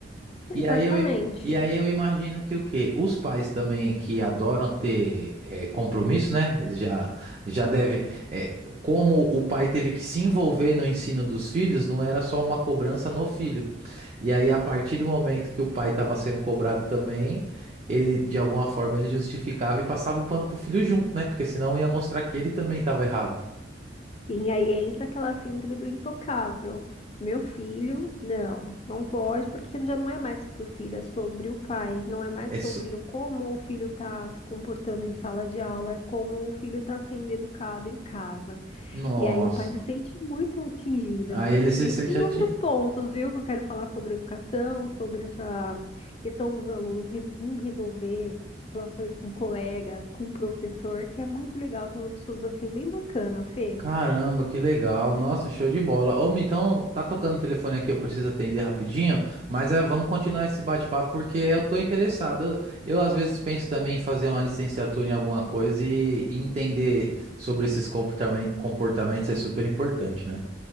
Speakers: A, on the left; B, on the right.
A: Exatamente.
B: E aí eu, i- e aí eu imagino que o quê? Os pais também que adoram ter eh, compromisso, né? Eles já, já devem. eh, como o pai teve que se envolver no ensino dos filhos, não era só uma cobrança no filho. E aí, a partir do momento que o pai estava sendo cobrado também, ele, de alguma forma, ele justificava e passava o pano pro filho junto, né? Porque senão ia mostrar que ele também estava errado.
A: Sim, aí entra aquela síndrome do intocável. Meu filho, não, não pode, porque já não é mais sobre o filho, é sobre o pai. Não é mais
B: É
A: sobre
B: só-
A: o como o filho está se comportando em sala de aula, é como o filho está sendo educado em casa.
B: Nossa.
A: E aí o pai se sente muito atingido.
B: Aí ele se
A: E
B: sente
A: tem
B: atingido.
A: outros pontos, viu, que eu quero falar sobre educação, sobre essa questão dos alunos re- em resolver situações com colegas, com o professor, que é muito legal. Tem uns estudos assim bem bacana, Fê.
B: Caramba, que legal. Nossa, show de bola. Ô, Mi, então tá tocando o telefone aqui, eu preciso atender rapidinho, mas eh, vamos continuar esse bate-papo porque eu tô interessado. Eu, eu, às vezes penso também em fazer uma licenciatura em alguma coisa e entender sobre esses comportamen- comportamentos é super importante, né?